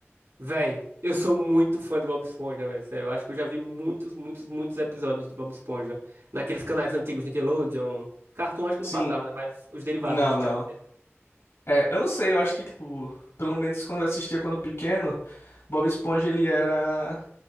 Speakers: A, on the right; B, on the left.
A: véi, eu sou muito fã de Bob Esponja, velho. Sério, eu acho que eu já vi muitos, muitos, muitos episódios de Bob Esponja. Naqueles canais antigos Nickelodeon. Cartoon acho que
B: Sim,
A: não passava, né? Mas os derivados
B: não,
A: do Nickelodeon.
B: não. É, eu não sei, eu acho que, tipo, pelo menos quando eu assistia quando pequeno, Bob Esponja ele era,